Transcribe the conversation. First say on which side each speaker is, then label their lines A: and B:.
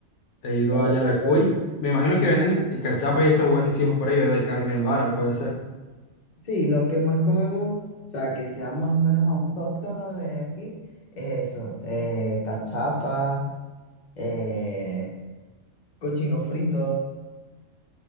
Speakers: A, on the left; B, on the left.
A: He ido
B: Ok,
A: a Yaracuy.
B: bueno,
A: Me imagino que venden eh, cachapa y esos buenísimos por ahí, ¿verdad? Y carne en vara, puede ser.
B: sí, lo que más comemos, o sea, que sea más o menos autóctono de aquí, es eso, eh, cachapas, eh, cochino frito,